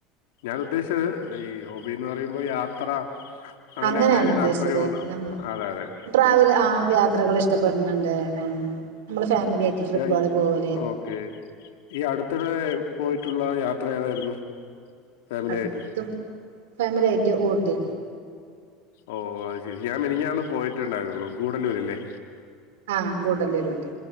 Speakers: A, on the left; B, on the right.
A: ഞാൻ ഉദ്ദേശിച്ച ഈ ഹോബിന്ന് പറയുമ്പോ യാത്ര അങ്ങനെയൊക്കെ
B: അങ്ങനെയാണ് ഉദ്ദേശിച്ചത്
A: താല്പര്യമുണ്ടോ
B: നമ്മള്
A: അതെ അതെ
B: ട്രാവൽ ആഹ് യാത്രകൾ ഇഷ് ഇഷ്ടപ്പെടുണ്ണ്ട് നമ്മള്
A: <unintelligible>
B: ഫാമിലി ആയിട്ട് ട്രിപ്പുകൾ പോവല്
A: ഓക്കെ ഈ അടുത്തിടെ പോയിട്ടുള്ള യാത്ര ഏതായിരുന്നു? ഫാമിലി
B: അടുത്തും
A: ആയിട്ട്
B: ഫാമിലി ആയിട്ട് ഊട്ടി
A: ഓഹ് അത് ശെരി ഞാൻ മിനിഞ്ഞാന്ന് പോയിട്ടുണ്ടായിരുന്നുള്ളു ഗൂഡല്ലൂരില്ലേ
B: ആഹ് ഗൂഡല്ലൂരോട്ടി